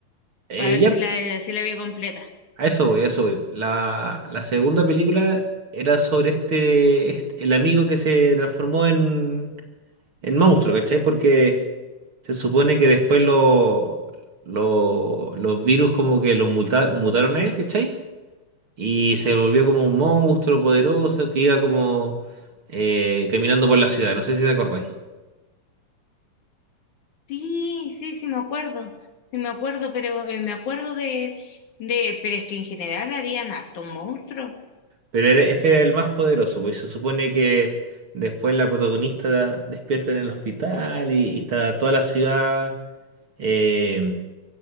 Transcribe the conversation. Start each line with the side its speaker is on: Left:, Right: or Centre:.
Right: Eh,
Left: para ver
Right: ya,
Left: si la, si la vi completa.
Right: a eso voy, a eso voy. La, la segunda película era sobre este, este- el amigo que se transformó en, en monstruo, ¿cachai? Porque se supone que después lo, lo- los virus como que los muta- mutaron a él, ¿cachai? Y se volvió como un monstruo poderoso que iba como eh, caminando por la ciudad. No sé si te acordáis.
Left: Sí, sí, sí me acuerdo, sí me acuerdo, pero eh, me acuerdo de, de, pero es que en general habían hartos monstruos.
Right: Pero era- este era el más poderoso, pues se supone que después la protagonista despierta en el hospital y, y está toda la ciudad. eh,